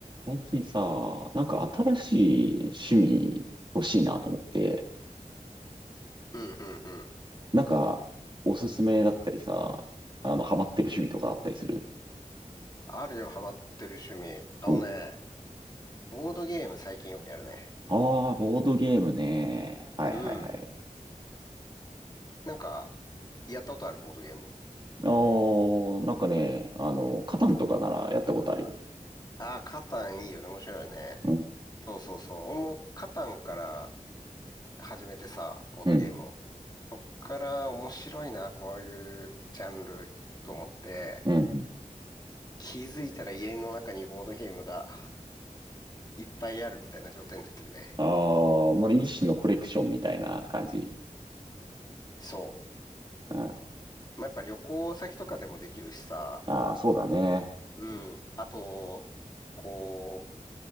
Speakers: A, on the right; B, on the left.
A: 最近さ、なんか新しい趣味欲しいなと思って、
B: うんうんうん。
A: なんかおすすめだったりさ、あの、ハマってる趣味とかあったりする
B: あるよ、ハマってる趣味。あのね、
A: お、
B: ボードゲーム最近よくやるね。
A: ああー、ボードゲームね。はいはいはい。
B: うん。なんか、やったことあるボードゲーム。
A: あー、なんかね、あの、カタンとかならやったことあるよ。
B: ああ、カタンいいよね。面白いよね。
A: うん、
B: そうそうそう。俺もカタンから始めてさ、ボードゲームを。
A: うん、
B: そっから面白いな、こういうジャンルと思って、
A: うん。
B: 気づいたら家の中にボードゲームがいっぱいあるみたいな状態になってるね。
A: ああ、もう一種のコレクションみたいな感じ。
B: そ
A: あ
B: う。まあ、やっぱ旅行先とかでもできるしさ、
A: あー、そうだね。
B: うん。あと、こ